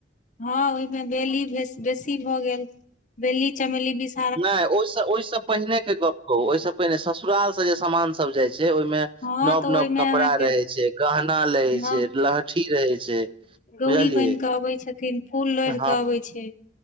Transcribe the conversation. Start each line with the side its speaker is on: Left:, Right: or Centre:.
Left: हँ ओय मे बेली बेसी भए गेल बेली चमेली दिस
Right: नय ओय सँ ओय सँ पहिने के गप कहू ओय सँ पहिने ससुराल से जे सामान सब जाइ छै ओय मे
Left: हँ
Right: नव
Left: तऽ ओहिमे
Right: नव कपड़ा
Left: अहाँके
Right: रहै छै गहना लहय
Left: नव
Right: छै लहठी रहय छै
Left: गौरी
Right: बुझलियै
Left: बन के अबै छथिन फूल लोढ़
Right: हँ
Left: के अबै छै